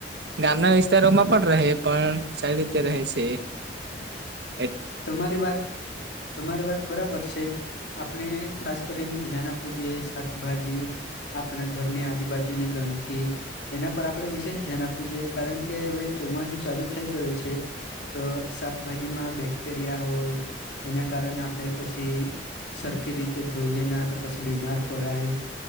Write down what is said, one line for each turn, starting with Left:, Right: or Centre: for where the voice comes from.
Right: ગામના વિસ્તારોમાં પણ રહે પણ સાઈડીતે રહે છે. -
Left: તમારી વાત તમારી વાત બરાબર છે. - આપણે ખાસ કરીને ધ્યાન આપવું જોઈએ શાકભાજી આપણા ઘરની આજુબાજુની ગંદકી એના પર આપણે વિશેષ ધ્યાન આપવું જોઈએ કારણ કે હવે ચોમાસું ચાલુ થઈ ગયું છે. - તો શાકભાજીમાં બેક્ટેરિયા હોય એના કારણે આપણે પછી સરખી રીતે ધોઈએ ના તો પછી બીમાર પડાય